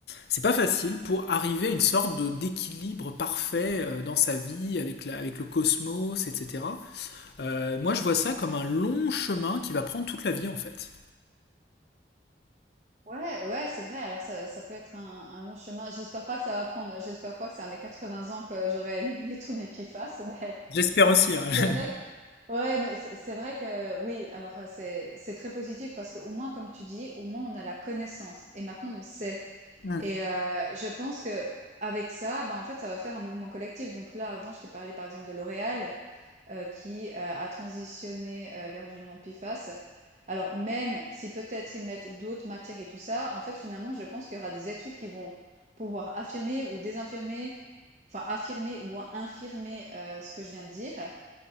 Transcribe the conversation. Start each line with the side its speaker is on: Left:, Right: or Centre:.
Left: C'est pas facile pour arriver à une sorte de d'équilibre parfait euh, dans sa vie avec la, avec le cosmos, etc. Euh, moi, je vois ça comme un long chemin qui va prendre toute la vie en fait.
Right: Ouais, ouais, c'est vrai. Alors ça ça peut être un un long chemin. J'espère pas que ça va prendre j'espère pas que c'est à mes 80 ans que j'aurai éliminé tous mes PFAS, <laughs> mais
Left: J'espère aussi. hein. <laughs>
Right: C'est vrai que, ouais, mais c'est c'est vrai que, oui, alors euh, c'est c'est très positif parce qu'au moins, comme tu dis, au moins on a la connaissance et maintenant on sait.
Left: Mm.
Right: Et euh, je pense que avec ça, ben en fait, ça va faire un mouvement collectif. Donc là, avant, je t'ai parlé par exemple de L'Oréal euh, qui euh, a transitionné euh, vers du non-PFAS. Alors même si peut-être ils mettent d'autres matières et tout ça, en fait, finalement, je pense qu'il y aura des études qui vont pouvoir affirmer ou désinfirmer, enfin affirmer ou infirmer euh, ce que je viens de dire.